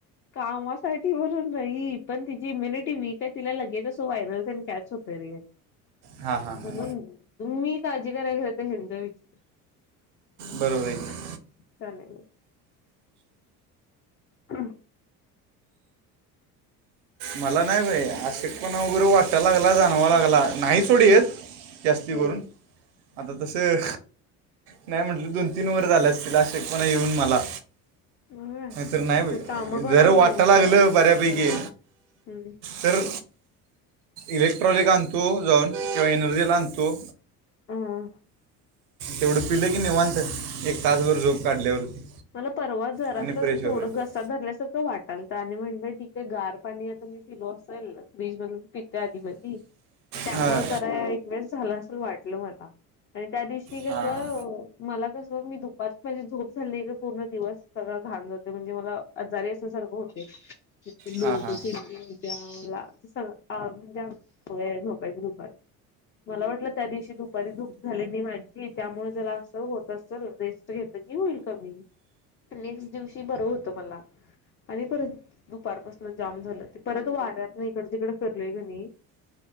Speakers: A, on the left (about 30°); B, on the right (about 75°).
A: कामासाठी वरून नाही पण जी इम्यनिटी वीक आहे तिला लगेच अस व्हायरल कॅच होत रे.
B: हां हां हां
A: म्हणून तुम्ही काळजी कराय गेलाय तर ह्यांच विचार
B: बरोबर आहे की
A: अस चालेल मी हम.
B: मला नाही बाई अशक्तपणा वगैरे वाटायला लागला जाणवा लागला नाही सोडी येत. जास्ती
A: हम्म
B: करून आता तसं. नाही म्हटलं दोन तीन वर झाले असतील अशक्त पणा येऊन मला.
A: हम्म
B: तरं नाही
A: ते काम करून
B: जर वाटायला
A: बॉडी
B: लागलं बऱ्यापैकी.
A: हम्म.
B: तर इलेक्ट्रॉनिक आणतो जाऊन किंवा एनर्जीला आणतो.
A: <inaudible>
B: तेवढं पिलं की निवांत एक तासभर झोप. काढल्यावरती
A: मला परवा जरास
B: आणि फ्रेश होतं
A: थोड घसा धरल्यासारखं वाटालत आणि म्हणलं ठी ते गार पाणी आता मी पिलो असेल फ्रीज मधी पितते आधी मधी. त्यामुळे
B: हां
A: जरा एकावेळेस झाला असल वाटलं मला आणि त्या दिवशी कसं
B: हां
A: मला कसं मी दुपारचं माझी झोप. झा पूर्ण दिवस सगळां घाण जातो म्हणजे मला आजारी असण्यासारखं होते. लोक
B: हां हां
A: चिडचिड होत्या. <inaudible> म्हणजे आमची सवय आहे झोपायची दुपारी. मला वाटलं त्या दिवशी दुपारी झोप झाली नाही माझी त्यामुळे जरा असं होत असलं रेस्ट घेतलं की होईल. नेक्ट दिवशी बरं होत मला आणि परत- दुपारपासन जाम झालं ते परत वाऱ्यात ना इकड तिकडे फिरलोय कि नाही.